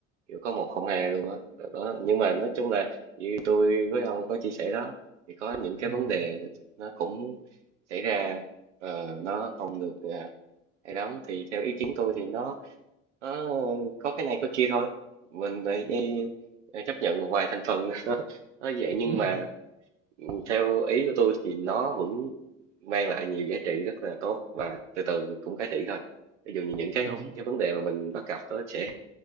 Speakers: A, on the right; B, on the right.
A: kiểu có một không hai luôn á đó. đó nhưng mà nói chung là như tôi với ông có chia sẻ đó thì có những cái
B: ừ.
A: vấn đề nó cũng xảy ra ờ, nó không được à, hay lắm thì theo ý kiến tôi thì nó nó có cái này có kia thôi mình phải đi, ờ, chấp nhận một vài thành phần <laughs> nó vậy nhưng
B: Ừ.
A: mà ừ, theo ý của tôi thì nó vẫn mang lại nhiều giá trị rất là tốt và từ từ cũng cải thiện thôi ví dụ như những cái
B: đúng
A: cái vấn đề mà mình bắt gặp đó sẽ